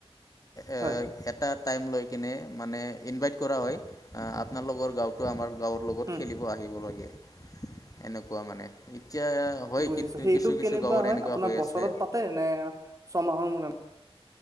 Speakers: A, on the left (about 35°); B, on the right (about 35°).
A: এ
B: হয়
A: এটা টাইম লৈ কিনে মানে ইনভাইট কৰা হয়। আ আপোনালোকৰ গাৱত টো, আমাৰ গাঁৱৰ লগত
B: উম
A: খেলিব আহিব লাগে, এনেকুৱা মানে এতিয়া হয়
B: বুজিছোঁ। সেইটো
A: কিছু কিছু
B: কেনেকুৱা
A: গাঁৱৰ
B: হয়
A: এনেকুৱা
B: আপোনাৰ
A: হৈ
B: বছৰত
A: আছে
B: প পাতে নে ছমাহৰ মূৰে